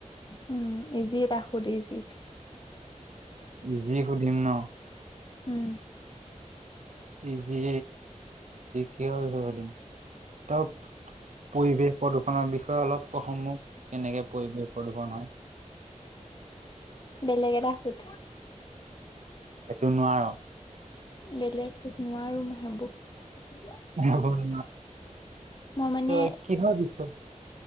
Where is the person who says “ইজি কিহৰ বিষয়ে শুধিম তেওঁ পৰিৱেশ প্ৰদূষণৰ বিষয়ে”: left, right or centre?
Right